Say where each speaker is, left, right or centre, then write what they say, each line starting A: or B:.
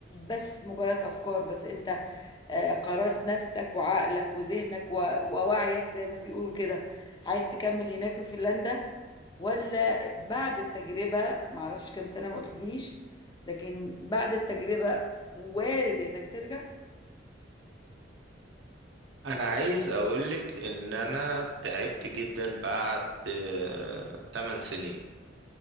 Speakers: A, on the left; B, on the right.
A: بس مجرد أفكار بس أنت آه، قررت نفسك وعقلك وذهنك و- ووعيك زي ما بيقولوا كده عايز تكمل هناك في فنلندا ولا بعد التجربة معرفش كام سنة ما قلتليش لكن بعد التجربة وارد إنك ترجع
B: انا عايز اقولك ان انا تعبت جدا بعد آه 8 سنين